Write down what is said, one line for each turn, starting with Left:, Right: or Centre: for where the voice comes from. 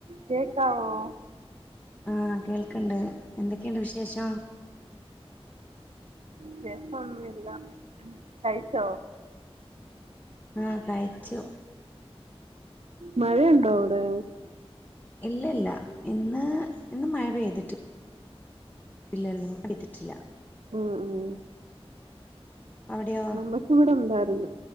Right: കേക്കാവോ?
Left: ആഹ് കേൾക്കണ്ട് എന്തൊക്കെയുണ്ട് വിശേഷം.
Right: വിശേഷം ഒന്നുല്ല കഴിച്ചോ.
Left: ആ കഴിച്ചു.
Right: മഴയുണ്ടോ അവിടെ?
Left: ഇല്ല ഇല്ല ഇന്ന് ഇന്ന് മഴ പെയ്തിട്ട് ഇല്ലല്ലോ അടുത്തിട്ടില്ല.
Right: ആഹ ആ
Left: അവിടെയോ
Right: നമ്മക്കിവിടെ ഉണ്ടായിരുന്നു.